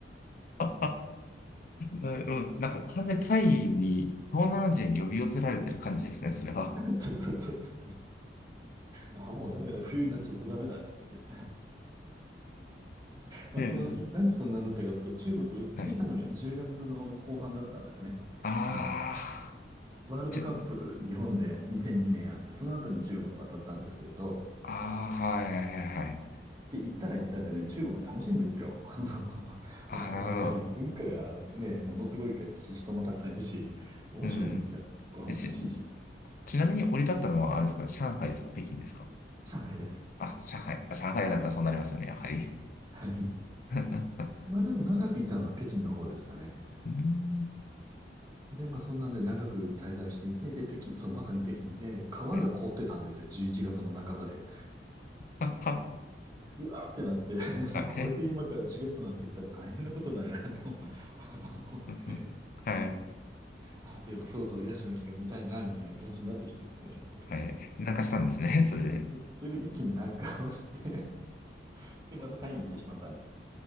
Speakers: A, on the left; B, on the right.
A: <laughs> なうん、なんか完全にタイに、東南アジアに呼び寄せられてる感じですね、それは。
B: <laughs> そうそうそうそう。あ、もうダメだ、冬になっちゃったダメだ、っつって。まあ、
A: ええ。
B: その、なんでそんなんだったかというと、中国着いたのが10月の後半だったんですね。
A: はい。ああ、
B: あの、ワールドカップ日本で2002年あって、
A: ち、
B: その後に中国渡ったんですけれど、
A: ああ、はいはいはいはい。
B: で、行ったら行ったでね、中国楽しいんですよ。<laughs> あの、
A: ああ、
B: あのやっぱり文化がね、
A: なるほど。
B: ものすごいし、人もたくさんいるし、面白いんですよ。
A: うん。
B: ご飯も美味しいし、
A: え、ち、ちなみに降り立ったのは、あれですか、上海ですか、北京ですか。
B: 上海です。
A: あ、上海。あ、上海だったらそうなりますよね、やはり。
B: はい。
A: <laughs>
B: まあでも長くいたのは北京の方でしたね。
A: うん。
B: で、まあそんなんで長く滞在していて、で、北京、そう、まさに北京で、川が凍ってたんですよ。
A: はい。
B: 11月の半ばで。
A: <laughs>
B: うわーってなって <laughs>
A: はい。
B: でこれで今からチベットなんて言ったら大変なことになるなと <laughs> 思って、
A: うんうんはい。
B: あー、そういえばそろそろヤシの木が見たいな、みたいな感じになってきてですね。
A: はい。なんかしたんですね、それで。
B: それで一気に南下をして <laughs> で、またタイに行ってしまったんです。